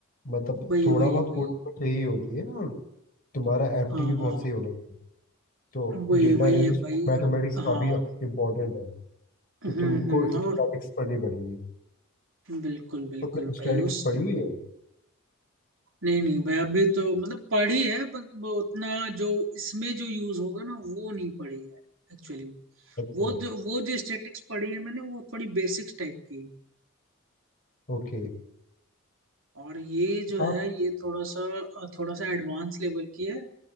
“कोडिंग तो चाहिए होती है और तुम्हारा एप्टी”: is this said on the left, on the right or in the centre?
Left